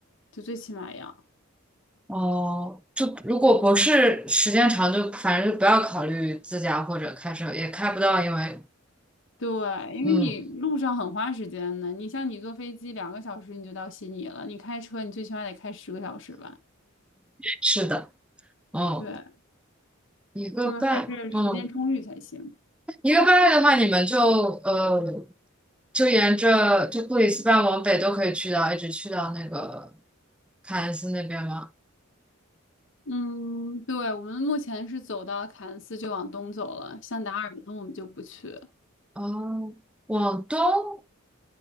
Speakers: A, on the left; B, in the centre.
A: 就最起码要。
B: 哦，就如果不是时间长就，反正就不要考虑自驾或者开车，也开不到，因为
A: 对，因为你路上很花时间的，
B: 嗯，
A: 你像你坐飞机两个小时你就到悉尼了，你开车你最起码得开十个小时吧？
B: 是的，嗯，
A: 对，
B: 一个半，
A: 就是还是时间充裕才行。
B: 嗯，一个半月的话，你们就呃，就沿着就布里斯班往北都可以去到，一直去到那个凯恩斯那边吗？
A: 嗯，对，我们目前是走到凯恩斯就往东走了，像达尔文我们就不去。
B: 哦，往东，